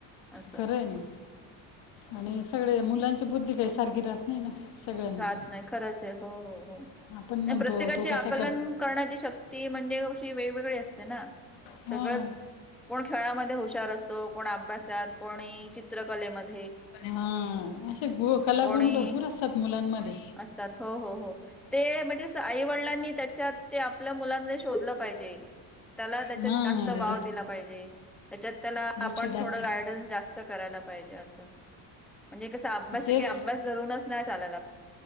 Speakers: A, in the centre; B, on the left.
A: असं
B: खय ना
A: <inaudible>
B: आणि सगळे मुलांची बुद्धी काही सारखी राहत नाही ना सगळ्यांची
A: राहत नाही खरंच आहे हो हो हो
B: आपण म्हणतो
A: प्रत्येकाची
B: तो
A: आकलन
B: कसा
A: करण्याची शक्ती म्हणजे अशी वेगवेग अस ना
B: हां
A: सगळच कोण खेळामध्ये हुश अस कोण अभ्यासात को चित्रकलेमध्ये
B: हा असे गु कलागुण
A: कोणी
B: भरपूर असतात मुलांमध्ये
A: असतात हो हो हो ते म्हणजे आई वडिलांनी त्याच्यात ते आपल्या मुलांमध्ये शोधलं पाहिजे त्याला त्याच्यात
B: त्याला
A: जास्त वाव दिला पाहिजे त्याच्यात त्याला आपण
B: त्याच्यात
A: थोडं गायडन्स जास्त करायला पाहिजे असं म्हणजे कसं अभ्यास
B: तेच
A: क अभ्यास धरूनच ते